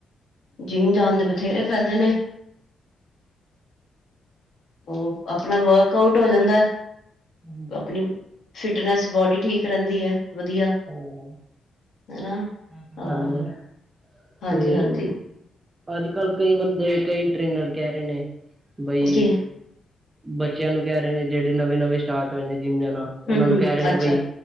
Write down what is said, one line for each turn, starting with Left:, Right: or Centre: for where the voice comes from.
Left: ਜਿੰਮ ਜਾਣ ਦੇ ਬਥੇਰੇ ਫੈਦੇ ਨੇ। ਉਹ ਆਪਣਾ ਵਰਕ ਆਊਟ ਹੋ ਜਾਂਦਾ,
Right: ਹਾਂਜੀ।
Left: ਆਪਣੀ ਫਿਟਨੈਸ ਬੋਡੀ ਠੀਕ ਰਹਿੰਦੀ ਹੈ ਵਧੀਆ
Right: ਉਹ
Left: ਹਨਾ
Right: ਇਹ ਤਾਂ
Left: ਹਾਂ
Right: ਗੱਲ ਏ
Left: ਹਾਂਜੀ,
Right: ਤੇ
Left: ਹਾਂਜੀ
Right: ਅੱਜ ਕੱਲ ਕਈ ਬੰਦੇ, ਕਈ ਟ੍ਰੇਨਰ ਕਹਿ ਰਹੇ ਨੇ, ਬਈ
Left: ਕੀ
Right: ਬੱਚਿਆਂ ਨੂੰ ਕਹਿ ਰਹੇ ਨੇ, ਜਿਹੜੇ ਨਵੇਂ ਨਵੇਂ ਸਟਾਰਟ ਹੋਏ ਨੇ ਜਿੰਮ ਜਾਣਾ,
Left: ਹਮ
Right: ਉਹਨਾਂ ਨੂੰ
Left: ਹਮ
Right: ਕਹਿ ਰਹੇ ਨੇ
Left: ਅੱਛਾ
Right: ਬਾਈ